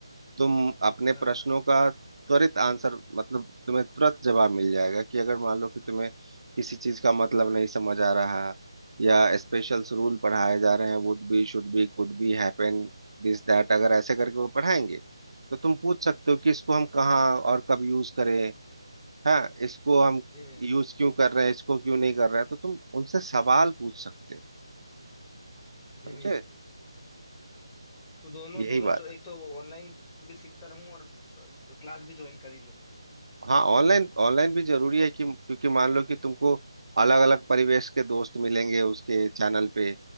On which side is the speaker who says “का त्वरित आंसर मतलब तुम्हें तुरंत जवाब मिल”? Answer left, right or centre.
Right